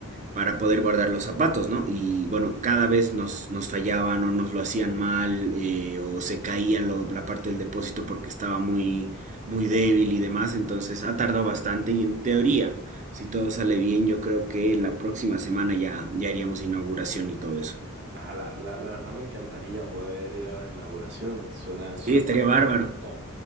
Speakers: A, on the right (about 35°); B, on the right (about 50°).
A: para poder guardar los zapatos, ¿no? Y bueno, cada vez nos, nos fallaban o nos lo hacían mal eh, o se caía lo- la parte del depósito porque estaba muy, muy débil y demás, entonces ha tardado bastante y en teoría, si todo sale bien, yo creo que la próxima semana ya, ya haríamos inauguración y todo eso.
B: Ah, la, la, la verdad me encantaría poder ir a la inauguración. Suena,
A: Sí,
B: suena.
A: estaría
B: como
A: bárbaro.
B: plan. No.